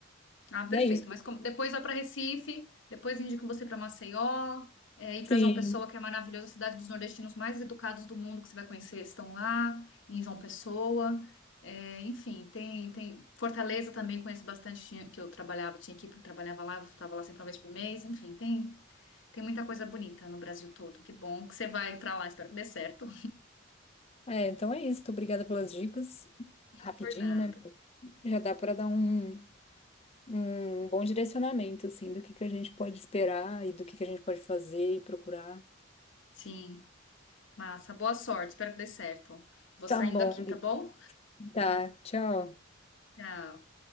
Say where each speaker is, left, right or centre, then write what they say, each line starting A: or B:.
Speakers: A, on the left (about 65°); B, on the left (about 30°).
A: Ah, perfeito.
B: E É isso.
A: Mas como- depois vai para Recife, depois indico você para Maceió, é, e
B: Sim.
A: para João Pessoa, que é maravilhosa, a cidade dos nordestinos mais educados do mundo que você vai conhecer, estão lá, em João Pessoa. É, enfim, tem, tem Fortaleza também, conheço bastante, tinha- que eu trabalhava, tinha equipe que trabalhava lá, eu estava lá sempre uma vez por mês. Enfim, tem, tem muita coisa bonita no Brasil todo. Que bom que você vai para lá, espero que dê certo.
B: É, então é isso. Tô Obrigada pelas dicas.
A: <laughs>
B: Rapidinho,
A: Por nada.
B: né? Já dá para dar um, um bom direcionamento, assim, do que que a gente pode esperar e do que que a gente pode fazer e procurar.
A: Sim, massa. Boa sorte, espero que dê certo. Vou
B: Tá
A: saindo
B: bom.
A: aqui,
B: Gui.
A: tá bom?
B: Tá. Tchau.
A: Tchau.